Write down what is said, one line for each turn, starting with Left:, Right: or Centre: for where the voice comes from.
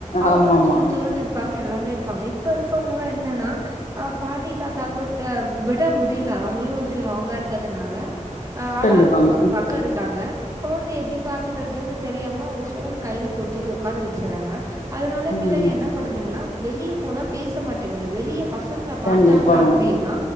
Right: அவங்களு
Left: ஆமா ஆமா
Right: துருத்துருன் இருப்பாங்க எல்லாமே இரு ப்பாங்க இப்ப இருக்கவங்ளா என்னன்னா பாட்டி தாத்தா கூப்ட்டு விட முடி முடியில அவங்களு வந்து லாங்க இருக்கற்துனால ஆள்
Left: கண்டிப்பாங்க
Right: ஆளுக் ஒரு ஒரு பக்கோ இருக்காங்க கொழந்த எப்டி பாத்துக்கிறதுன்னு தெரியாம அவங்க ஃபோனு கைல குடுத்துட்டு ஒக்கார வச்சறாங்க அதனால
Left: ம்
Right: பிள்ளைங்க என்ன பண்ணுதுங்கன்னா வெளிய போனா பேச மாட்டேங்குது வெளிய பசங்கள பாத்தாங்க
Left: கண்டிப்பாங்க
Right: அப் னா